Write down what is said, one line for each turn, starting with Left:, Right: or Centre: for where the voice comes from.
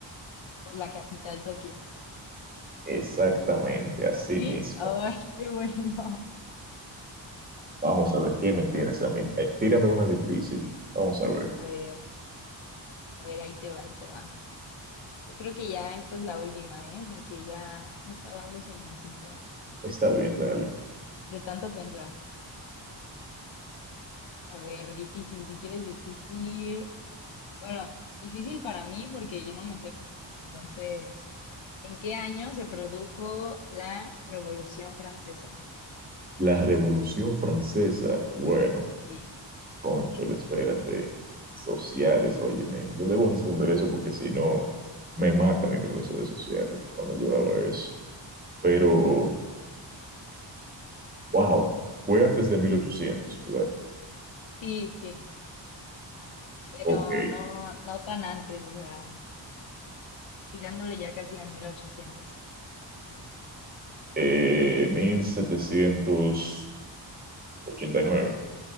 Left: pues la capital, Tokio.
Right: Exactamente, así
Left: ¿Sí?
Right: mismo.
Left: Ay, qué bueno.
Right: Vamos a ver, ¿qué me tienes a mí? Eh, tírame una difícil. Vamos a ver.
Left: A ver, a ver, ahí te va, ahí te va. Yo creo que ya esta es la última, ¿eh? Porque ya me está dando sueñecito
Right: Está bien, dale.
Left: de tanto pensar. A ver, difícil, si quieres difícil. Bueno, difícil para mí porque yo no me sé. Entonces, ¿en qué año se produjo la Revolución Francesa?
Right: La Revolución Francesa. Bueno,
Left: Sí,
Right: cónchale, espérate. Sociales, óyeme. Yo debo responder eso porque si no, me mata mi profesor de sociales cuando yo daba eso. Pero, wow, fue antes de mil ochocientos, ¿verdad?
Left: sí, sí, pero
Right: Ok.
Left: no, no tan antes, o sea, tirándole ya casi al 1800.
Right: Eh, mil setecientos ochenta y nueve.